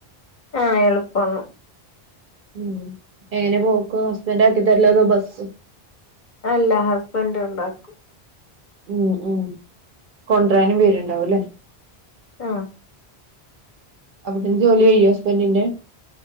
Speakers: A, on the left (about 55°); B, on the right (about 60°).
A: ആഹ് എളുപ്പണാണ്
B: ഉം എങ്ങനെ പോക്ക് ഹസ്ബൻ്റ് ആക്കി തരലോ അതോ ബസ്
A: അല്ല ഹസ്ബൻഡ് കൊണ്ടാക്കും
B: ഉം ഉം കൊണ്ടരാനും വെരുണ്ടാവുംല്ലേ
A: ആഹ്
B: അപ്പൊ പിന്നെ ജോലി കഴിയോ ഹസ്ബൻ്റിന്റെ